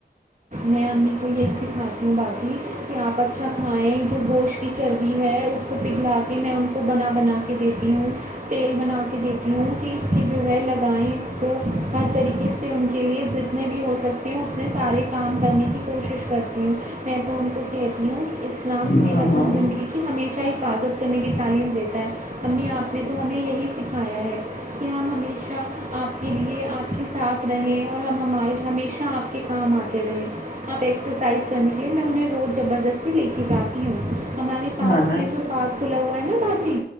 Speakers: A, on the right (about 50°); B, on the left (about 55°).
A: میں امی کو یہی سکھاتی ہوں باجی کہ آپ اچھا کھائیں جو گوشت کی چربی ہے اس کو پگھلا کے میں ان کو بنا بنا کے دیتی ہوں تیل بنا کے دیتی ہوں اس کی جو ہے لگائیں اس کو ہر طریقے سے ان کے لیے جتنے بھی ہو سک تے ہے اتنے سارے کام کرنے کی کوشش کرتی ہوں میں تو ان کو کہتی ہوں اسلام
B: ہاں
A: صحت
B: ہاں
A: مند زندگی ہمیشہ حفاظت کرنے کی تعلیم دیتا ہے امی آپ نے تو ہمیں یہی سکھایا ہے کہ ہم ہمیشہ آپ کے لیے آپ کے ساتھ رہیں اور ہم ہمار ہمیشہ آپ کے کام آتے اب ایکسرسائز کرنے کے لیے میں انہیں روز زبردستی لے کے جاتی ہوں ہمارے پاس
B: نہ نہ
A: بھی تو پارک کھلا ہوا ہے نا باجی